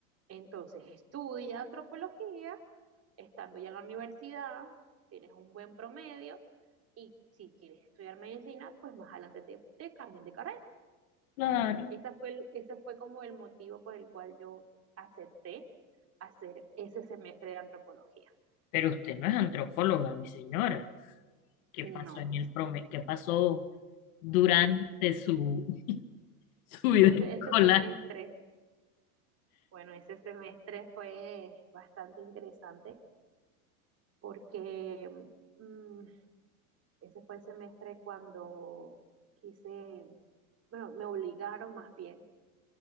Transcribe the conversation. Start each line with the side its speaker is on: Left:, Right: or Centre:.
Right: entonces estudia antropología, estando ya en la universidad, tienes un buen promedio y si quieres estudiar medicina, pues más adelante te, te cambian de carrera.
Left: Claro.
Right: Esa fue el- ese fue como el motivo por el cual yo acepté hacer ese semestre de antropología.
Left: Pero usted no es antropóloga, mi señora. ¿Qué
Right: No,
Left: pasó en el promedio? ¿Qué pasó durante su, <laughs> su vida
Right: ese,
Left: escolar?
Right: ese semestre, bueno, ese semestre fue bastante interesante porque mm, ese fue el semestre cuando quise, bueno, me obligaron más bien